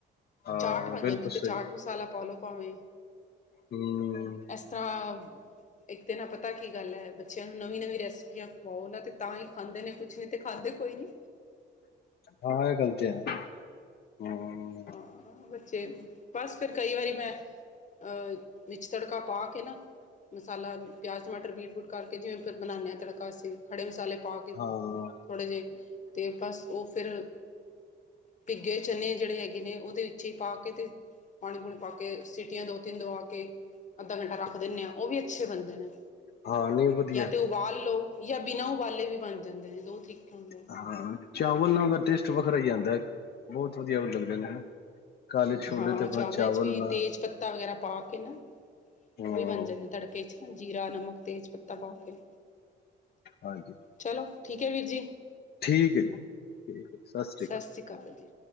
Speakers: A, on the left; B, on the left.
A: ਹਾਂ
B: ਚਾਟ ਬੰਨ
A: ਬਿਲਕੁਲ
B: ਜਾਂਦੀ, ਉਤੇ
A: ਸਹੀ
B: ਚਾਟ ਮਸਾ ਮਸਾਲਾ ਪਾਲੋ ਪਾਵੇਂ
A: ਹੂ,,,
B: ਇਸ ਤਰ੍ਹਾਂ ਇੱਕ ਤੇ ਨਾ ਪਤਾ ਕੀ ਗੱਲ ਹੈ, ਬੱਚਿਆਂ ਨੂੰ ਨਵੀ-ਨਵੀ ਰੈਸਪੀਆਂ ਖਵਾਓ ਓਨਾਂ ਤਾ ਈ ਖਾਂਦੇ ਨੇ, ਕੁੱਛ ਨੀ, ਤੇ ਖਾਂਦੇ ਕੋਈ ਨੀ।
A: ਹਾਂ, ਐ ਗੱਲ ਤੇ ਹੈ। ਹਮ
B: ਹਾਂ, ਬੱਚੇ ਬੱਸ ਫਿਰ ਕਈ ਵਾਰੀ, ਮੈਂ ਆ ਮਿਰਚ ਤੜਕਾ ਪਾ ਕੇ ਨਾ, ਮਸਾਲਾ ਪਯਾਜ਼, ਟਮਾਟਰ ਬੀਟ ਕਰਕੇ ਜਿਵੇਂ ਫਿਰ ਬਨਾਨੇ ਆ ਤੜਕਾ ਅਸੀਂ, ਖੜੇ ਮਸਾਲੇ ਪਾ ਕੇ
A: ਹਾਂ
B: ਥੋੜੇ ਜੇ ਤੇ ਬਸ ਓ ਫਿਰ ਪਿੱਗੇ ਚਨੇ ਜੇੜੇ ਹੈਗੇ ਹੈਗੇ ਨੇ ਓਦੇ ਵਿੱਚ ਈ ਪਾਕੇ ਤੇ ਪਾਨੀ-ਪੂਨੀ ਪਾ ਕੇ ਸਿਟੀਆਂ ਦੋ- ਤਿੰਨ ਦਵਾਕੇ ਅੱਧਾ ਘੰਟਾ ਰੱਖ ਦੇਨੇ ਆ, ਓ ਵੀ ਅੱਛੇ ਬਨਦੇ ਨੇ।
A: ਹਾਂ ਨੀ ਵਧੀਆ।
B: ਜਾਂ ਤਾਂ ਉਬਾਲ ਲੋ ਯਾ ਬਿਨਾ ਉਬਾਲੇ ਵੀ ਬਨ ਜਾਂਦੇ ਨੇ, ਦੋ ਠੀਕ ਹੁੰਦੇ ਨੇ।
A: ਹਾਂ, ਚਾਵਲ ਨਾਲ ਟੇਸਟ ਵੱਖਰਾ ਈ ਆਂਦਾ ਬਹੁਤ ਵਧੀਆ ਲੱਗਦੇ ਨੇ। ਕਾਲੇ ਛੋਲੇ
B: ਹਾਂ,
A: ਤੇ ਆਪਣਾ
B: ਚਾਵਲਾਂ
A: ਚਾਵਲ
B: ਇੱਚ ਵੀ
A: ਨਾਲ
B: ਤੇਜ਼ਪੱਤਾ ਵਗੈਰਾ ਪਾ ਕੇ ਨਾ,
A: ਹਾਂ
B: ਓ ਵੀ ਬਨ ਜਾਂਦੇ। ਤੜਕੇ ਚ ਨਾ ਜੀਰਾ, ਨਮਕ, ਤੇਜ਼ਪੱਤਾ ਪਾ ਕੇ
A: ਹਾਂਜੀ।
B: ਚਲੋ, ਠੀਕ ਹੈ ਵੀਰ ਜੀ।
A: ਠੀਕ ਏ ਜੀ। ਠੀਕ ਸਤਿ ਸ਼੍ਰੀ
B: ਸਤਿ ਅਕਾਲ ਜੀ।